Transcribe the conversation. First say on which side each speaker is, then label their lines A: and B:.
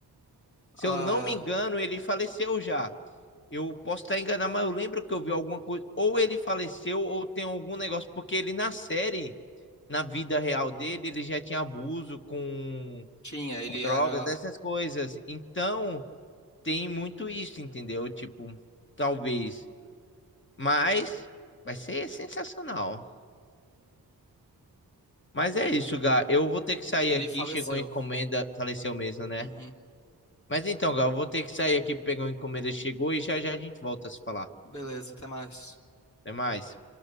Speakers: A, on the left; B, on the left.
A: Se
B: Ah,
A: eu não me engano, ele faleceu já. Eu posso estar enganado, mas eu lembro que eu vi alguma coisa. Ou ele faleceu, ou tem algum negócio. Porque ele na série, na vida real dele, ele já tinha abuso com,
B: tinha, ele
A: com drogas,
B: era.
A: essas coisas. Então, tem muito isso, entendeu? Tipo, talvez. Mas vai ser sensacional. Mas é isso, Gá. Eu vou ter que sair
B: Ele
A: aqui.
B: faleceu.
A: Chegou a encomenda. Faleceu mesmo, né?
B: Uhum.
A: Mas então, Gá, eu vou ter que sair aqui pegar uma encomenda. Chegou e já já a gente volta a se falar.
B: Beleza, até mais.
A: Até mais.